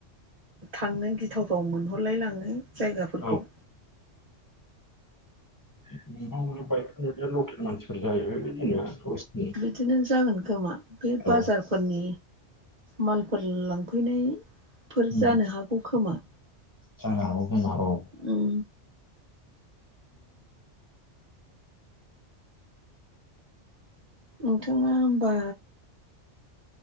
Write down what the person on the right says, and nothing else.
थांनो गिथावथाव मोनहरलायलाङो जायगाफोरखौ
बिदिनो जागोन खोमा बे बाजार
फोरनि मालफोर लांफैनायफोर
जानो हागौ खोमा
उ <unintelligible> नोंथाङा होमबा